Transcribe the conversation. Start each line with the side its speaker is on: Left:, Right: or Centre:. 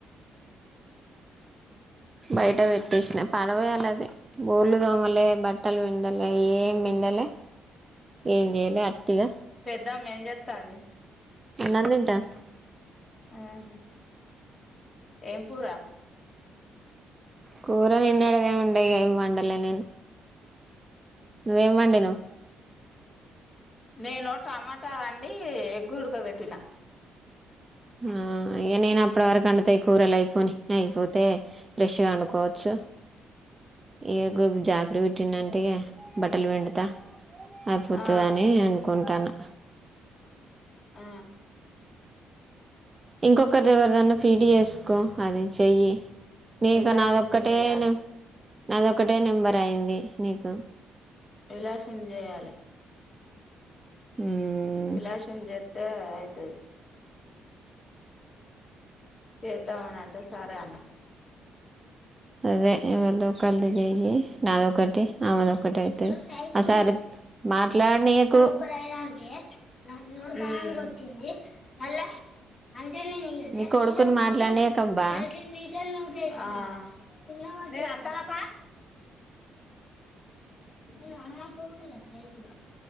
Right: బయట పెట్టేసిన పాడవయాలది బోర్లు తోమలే బట్టలు విండలే ఏం పిన్ డలె ఏం చెయ్యలే అట్టే ఇగ
Left: ధం ఏం చెత్తంది
Right: అన్నం తింటాంది
Left: ఆహా ఏం కూర
Right: కూర నిన్నడిదే ఉండే ఇగ ఏం వండలే నేను నువ్వేం వండినవ్
Left: నేను టమాటా అండి ఎగ్గు ఉడకబెట్టినా
Right: ఆ ఇగ నేను అప్పటి వరకు అండుతాయి కూరలు అయిపోని అయిపోతే ఫ్రెష్గా వండుకోవచ్చు ఏ గోబీ జాకరీ పెట్టిండు అంటే ఇగ బట్టలు పిండుత అయిపోతదని
Left: ఆ
Right: అనుకుంటాన్న
Left: ఆ
Right: ఇంకొకరిది ఎవరిదనా ఫీడ్ చేసుకో అది చెయ్యి నీకు
Left: విలాసింది
Right: నాదొక్కటేన
Left: చేయాలి
Right: నాదొక్కటే నెంబర్ అయింది నీకు
Left: ఎలాసన్ చేయాలె
Right: మ్మ్.
Left: విలాసన్ చెత్తే అయితది చేద్దం అని అంటే సరే అన్న
Right: అదే ఇవాల్దో ఒక్కళ్ది <unintelligible> నాదొకటి ఆమెది ఒకటి ఐతది
Left: ఏదో సైకిల్
Right: ఆ సారి మాట్లాడినియ్యకు
Left: ఒక ఊ ఆ
Right: మీ కొడుకుని మాట్లాడనీయకబ్బా
Left: నేను అత్తనపా నేను అమ్మ తోటి కదా సైకిల్